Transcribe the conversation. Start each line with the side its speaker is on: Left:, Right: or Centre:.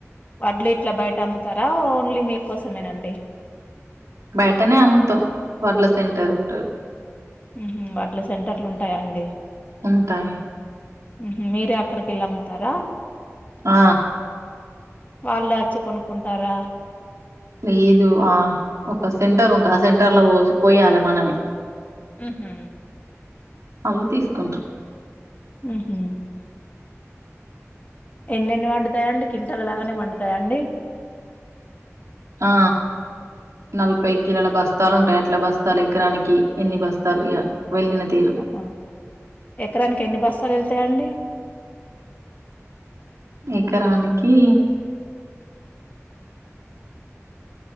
Left: వడ్లు ఇట్లా బయట అమ్ముతారా ఓన్లీ మీకోసమేనండి
Right: బయటనే అమ్ముతాం వడ్ల సెంటర్ ఉంటది
Left: ఊహు వడ్ల సెంటర్లు ఉంటాయ అండి
Right: ఉంటాయి
Left: ఊహు మీరే అక్కడికి వెళ్ళి అమ్ముతారా
Right: ఆ
Left: వాళ్ళు వచ్చి కొనుక్కుంటారా
Right: లేదు ఆ ఒక సెంటర్ ఉంటది ఆ సెంటర్ ల పోసు పోయాల మా అవి
Left: ఉహు
Right: అవి తీసుకుంటూరు
Left: ఉహు ఎన్ని ఎన్ని పండుతాయండి కింటలాగానే పండుతాయండి
Right: ఆ నవిపై కీలల బస్ స్తాలుంటాయి అట్లా బస్తాలు ఎకరానికి ఎన్ని బస్తాలు ఇగ వెళ్ళిన తీరు
Left: ఆ ఎకరానికి ఎన్ని బస్సాలు ఎళ్తాయండి
Right: ఎకరానికి